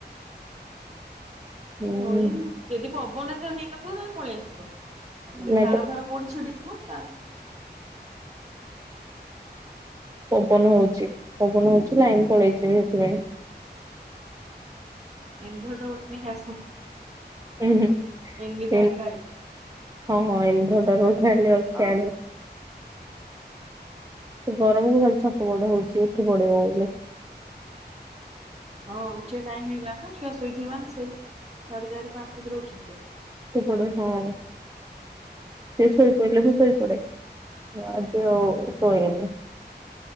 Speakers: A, on the right (about 20°); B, on the right (about 40°).
A: ହୁଁ
B: ଫଳି ଯଦି ପବନ ଏଥର ହେଇନଥିବ ତାହେଲେ ପଳେଇ ଆସିବ ଆଉ ଯଦି
A: ନାଇଁ
B: ତାର
A: ତ
B: ଫାର ପୁଣି ଛିଡିଥିବ ତାହେଲେ।
A: ପବନ ହଉଛି ପବନ ହଉଚି ଲାଇନ ପଳେଇଛିିବି ହେଥିପାଇଁ।
B: ଇନ୍ଭୋର୍ଟର ଗୋଟେ ନେଇକି ଆସ।
A: ହୁଁ ହୁଁ
B: ଏନି ଟାଇମ୍
A: ଇନ
B: ଲାଇଟ୍
A: ହଁ ହଁ ଇନଭୋର୍ଟର ଗୋଟେ ଖାଲି ଦରକାରେ। ଏ ଗରମକୁ ଭାରି ଛଟ ପଟ ହଉଛି ଏଠି ଗଡିବ ବୋଲି।
B: ହଁ ଉଠିଆ ଟାଇମ୍ ହେଇଗଲାଣି ନା ଛୁଆ ଶୋଇଥିବେ ମାନେ ଶୋଇ ସାଢେ ଚାରି ପାଞ୍ଚ ଭିତରେ ଉଠିଯିବେ।
A: ଶୋଇପଡ ହଁ। ସେ ଶୋଇପଡ଼ିଲେ ମୁଁ ଶୋଇପଡେ ମୁଁ ଆଜି ଆଉ ଶୋଇନି।